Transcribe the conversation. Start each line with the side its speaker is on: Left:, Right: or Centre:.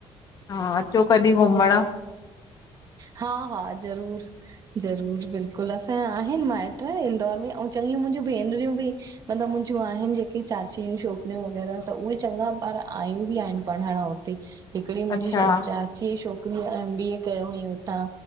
Left: हा अचो कॾहिं घुमणु।
Right: हा हा ज़रूर, ज़रूर बिल्कुलु बिल्कुल, असां आहिनि माइट्र इंदौर में ऐं चङियूं मुंहिंजूं भेनरियूं बि मतिलबु मुंहिंजूं आहिनि जेके चाचिय जियूं छोकिरियूं वग़ैरह त उहे चङा ॿार आयूं बि आहिनि पढ़ण हुत हिकिड़ी मुंहिंजी
Left: अच्छा
Right: चाचीअ जी छोकिरी एम बी ए कयो अंहुईं हुतां।